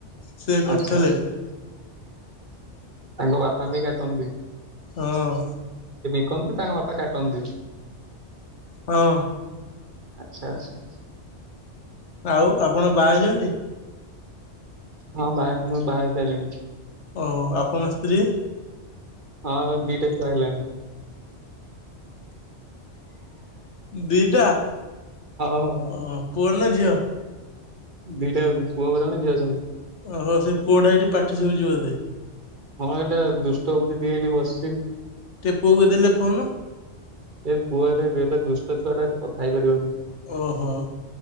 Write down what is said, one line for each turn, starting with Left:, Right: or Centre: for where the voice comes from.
Left: ସେ
Right: ଆଚ୍ଛା
Left: କରିଥିଲେ।
Right: ତାଙ୍କ ବାପା ବି କାଟନ୍ତି?
Left: ହଁ।
Right: <inaudible> ତାଙ୍କ ବାପା କାଟୁଛନ୍ତି,
Left: ହଁ।
Right: ଆଚ୍ଛା ଆଚ୍ଛା।
Left: ଆଉ ଆପଣ ବାହା ହେଇଛନ୍ତି?
Right: ହଁ ବାହା ମୁଁ ବାହା ହେଇସାରିଲିଣି।
Left: ଓ ହୋ, ଆପଣ ସ୍ତ୍ରୀ?
Right: ହଁ ଆଉ ଦି ଟା ଛୁଆ ହେଲାଣି।
Left: ଦି ଟା,
Right: ହଁ ହଁ।
Left: ଓହୋ ପୁଅ ନା ଝିଅ?
Right: ଦିଟା ପୁଅ ଜଣେ ଝିଅ ଜଣେ।
Left: ଓହୋ ସେ ପୁଅଟା ଏଇଠି ପାଟି ସୁବୁଛି ବୋଧେ?
Right: ହଁ ଏଇଟା ଦୁଷ୍ଟହଉଛି ଟିକେ ଏଇଠି ବସିଛି।
Left: ଟିକେ ପୁଅକୁ ଦେଲେ ଫୋନ
Right: ଏ ପୁଅ ଏତେ ଏଟା ଦୁଷ୍ଟ ଛୁଆଟା ଏଠି କଥା ହେଇପାରିବନି।
Left: ଓହୋ,